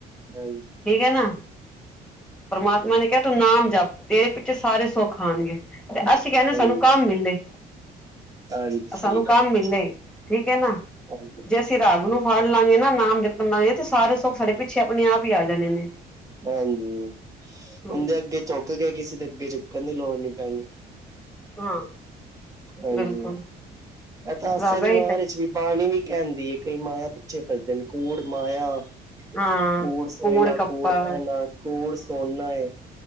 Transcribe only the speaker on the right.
ਹਾਂਜ
ਹਾਂਜੀ
ਹਾਂਜੀ ਸਹੀ
ਗੱਲ।
ਹਾਂਜੀ,
ਹਾਂਜੀ,
ਉਹਦੇ ਅੱਗੇ ਚੁੱਕ ਕੇ ਕਿਸੇ ਦੇ ਅੱਗੇ ਝੁੱਕਣ ਦੀ ਲੋੜ ਨੀ ਪੈਣੀ।
ਹਾਂਜੀ,
ਇਹ ਤਾਂ ਆਸਾ
ਦੀ ਵਾਰ
ਵਿੱਚ ਵੀ ਬਾਣੀ ਵੀ ਕਹਿੰਦੀ ਹੈ। ਕਈ ਮਾਇਆ ਪਿੱਛੇ ਫਸਦੇ ਨੇ ਕੂੜ ਮਾਇਆ
ਕੂੜ ਸਏਨਾ
ਕੂੜ <inaudible> ਕੂੜ ਸੋਣ ਨਾ ਏ।